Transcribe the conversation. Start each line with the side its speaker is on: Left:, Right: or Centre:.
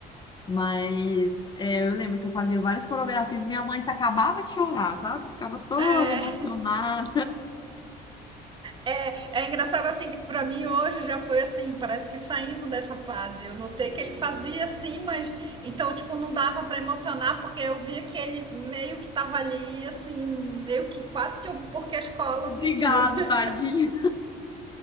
Left: Mas é, eu lembro que eu fazia várias coreografias e minha mãe se acabava de chorar, sabe? Ficava toda
Right: é.
Left: emocionada.
Right: É, é engraçado assim que pra mim hoje já foi assim, parece que saindo dessa fase. Eu notei que ele fazia assim, mas então tipo não dava pra emocionar porque eu via que ele meio que tava ali assim, meio que quase que eu, porque a escola
Left: <laughs> Obrigado,
Right: pediu. <laughs> né?
Left: tadinha.